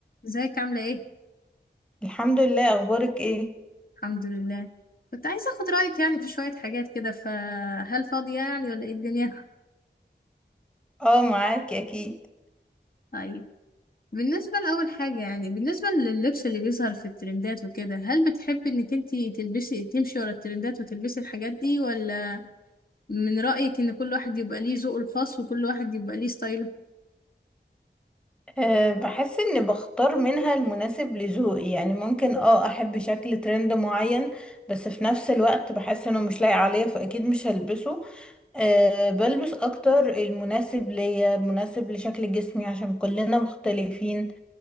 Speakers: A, on the left; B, in the centre.
A: ازيك عاملة ايه؟
B: الحمد لله اخبارك ايه
A: الحمد لله كنت عايزة اخد رأيك يعني في شوية حاجات كده فهل فاضية يعني ولا ايه الدنيا؟ <laughs>
B: اه معاكي اكيد
A: طيب بالنسبة لأول حاجة يعني بالنسبة لللبس اللي بيظهر في الترندات وكده هل بتحبي انك انتي تلبسي تمشي ورا الترندات وتلبسي الحاجات دي ولا من رأيك ان كل واحد يبقى ليه ذوقه الخاص وكل واحد يبقى ليه ستايله
B: أه بحس اني بختار منها المناسب لذوقي يعني ممكن اه احب شكل ترند معين بس في نفس الوقت بحس انه مش لايق عليا فاكيد مش هلبسه أه بلبس اكتر المناسب ليا المناسب لشكل جسمي عشان كلنا مختلفين